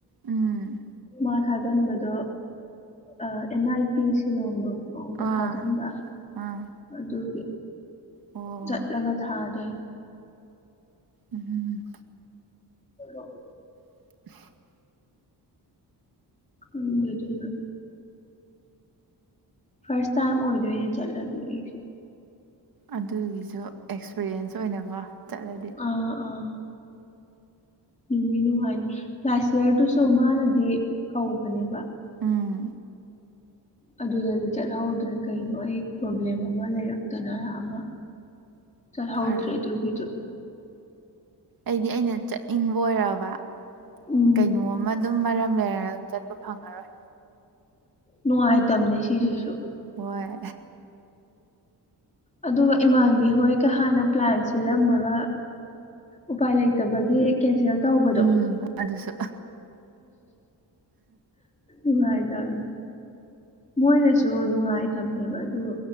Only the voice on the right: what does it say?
ꯎꯝ
ꯑꯥ
ꯑꯥ
ꯑꯣ
ꯎꯝꯝ
<unintelligible>
ꯑꯗꯨꯒꯤꯁꯨ ꯑꯦꯛꯁꯄꯤꯔꯤꯌꯦꯟꯁ ꯑꯣꯏꯅꯀꯣ ꯆꯠꯂꯗꯤ
ꯎꯝ
ꯐꯔꯛ
ꯑꯩꯗꯤ ꯑꯩꯅ ꯆꯠꯅꯤꯡꯕ ꯑꯣꯏꯔꯕ
ꯀꯩꯅꯣ ꯑꯃ ꯑꯗꯨꯝ ꯃꯔꯝ ꯂꯩꯔꯒ ꯑꯗꯨꯝ ꯆꯠꯄ ꯐꯪꯉꯔꯣꯏ
ꯅꯨꯡꯉꯥꯏ
ꯍꯣꯏ
ꯎꯝ ꯑꯗꯨꯁꯨ